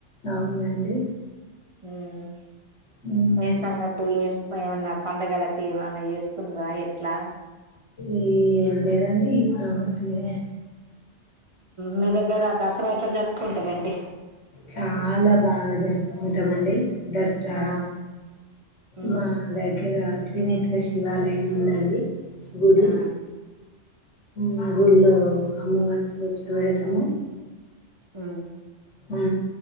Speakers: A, on the left (about 85°); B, on the right (about 30°).
A: అవునండి
B: హ
A: హ్మ్
B: ఏ సంగతి ఏమన్నా పంండగలకి ఏమన్నా చేస్తుండ్రా ఎట్లా
A: ఈ ఏం లేదండి ఇప్పుడుటిక
B: మీ దగ్గర దసరా ఇట్లా జరుపుకుంటారంండి
A: చాలా బాగా జరుపుకుంటామండి దసరా
B: ఆ ఉమ్
A: మా వ్గరా తనేత్ర శివాలయం ఉందండి గుడి
B: ఆ
A: మా ఊళ్లో అమ్మవారిని కూర్చో పెడతాము
B: ఆ
A: ఉ